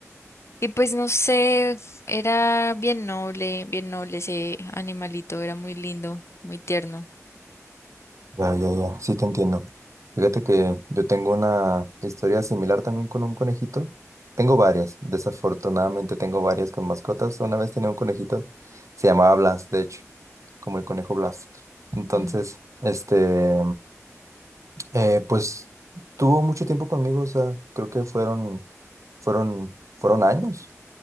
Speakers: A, on the left; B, on the right.
A: Y pues no sé, era bien noble, bien noble ese animalito, era muy lindo, muy tierno.
B: Ya, ya, ya, sí te entiendo. Fíjate que yo tengo una historia similar también con un conejito. Tengo varias, desafortunadamente tengo varias con mascotas. Una vez tenía un conejito, se llamaba Blas, de hecho, como el conejo Blas. Entonces,
A: Mm.
B: este, eh, pues tuvo mucho tiempo conmigo, o sea, creo que fueron, fueron, fueron años.